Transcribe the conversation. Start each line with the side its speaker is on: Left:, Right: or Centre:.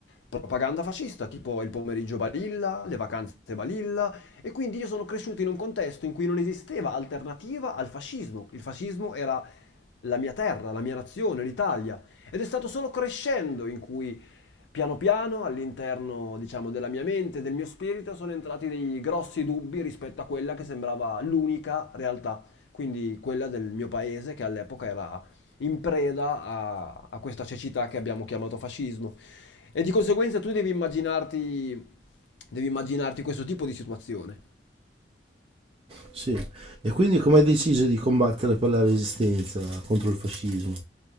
Left: propaganda fascista, tipo il pomeriggio balilla, le vacanze balilla, e quindi io sono cresciuto in un contesto in cui non esisteva alternativa al fascismo. Il fascismo era la mia terra, la mia nazione, l'Italia. Ed è stato solo crescendo in cui Piano piano, all'interno, diciamo, della mia mente, del mio spirito, sono entrati dei grossi dubbi rispetto a quella che sembrava l'unica realtà, quindi quella del mio paese che all'epoca era in preda a, a questa cecità che abbiamo chiamato fascismo. E di conseguenza tu devi immaginarti, devi immaginarti questo tipo di situazione.
Right: Sì. E quindi come hai deciso di combattere per la resistenza contro il fascismo?